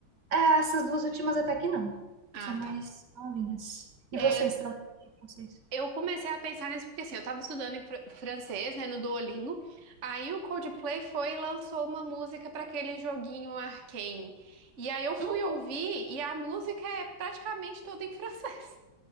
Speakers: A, on the right; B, on the right.
A: É, essas duas últimas até que não. São
B: Ah,
A: mais
B: tá.
A: novinhas. E
B: É,
A: vocês, estão lendo francês?
B: eu comecei a pensar nisso porque, assim, eu tava estudando em fr- francês, né, no Duolingo. Aí o Coldplay foi e lançou uma música para aquele joguinho Arcane. E aí eu fui
A: Hum,
B: ouvir e a música é praticamente toda em <laughs> francês.